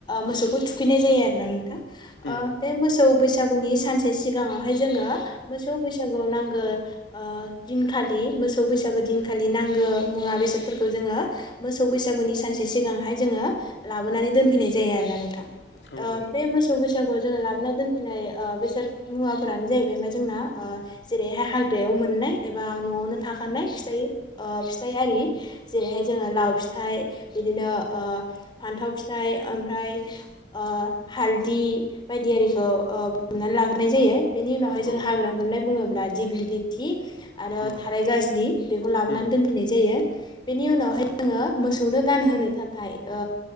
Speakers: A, on the left; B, on the left.
A: मोसौखौ थुखैनाय जायो आरोना। ओं
B: उम
A: बे मो मोसौ बैसागुनि सानसे सिगाङावहाय जोङो मोसौ बैसागुआव नांगौ दिनखालि मोसौ बैसागो दिनखालि नांगौ मुवा बेसादफोरखौ जोङो। मोसौ बैसागुनि सानसे सिगांहाय जोङो लाबोनानै दोनफैनाय जायो आरोना नोंथां।
B: औ
A: अ
B: औ
A: बे मोसौ। मोसौ बैसागु जोङो लाबोना दोनफैनाय ओ बेसाद मुवाफोरानो जाहैबाय मा जोंना ओ जेरैहाय हाग्रायाव मोननाय एबा न'आवनो थाखानाय ओ फिथाइ फिथाइ आरि जेरैहाय जोङो लाव फिथाइ बिदिनो ओ फान्थाव फिथाइ ओमफ्राय ओ हालदै बायदि आरिखौ ओ बुथुमना लाग्रोनाय जायो बेनि उनावहाय जों
B: औ
A: हाग्रा मोननाय बुङोब्ला दिग्लिलिथि आरो
B: उम
A: थाराय गाजलि बेखौ लाबोनानै
B: उम
A: दोनफैनाय जायो बेनि उनावहाय जोङो मोसौनो गानहोनो थाखाय ओ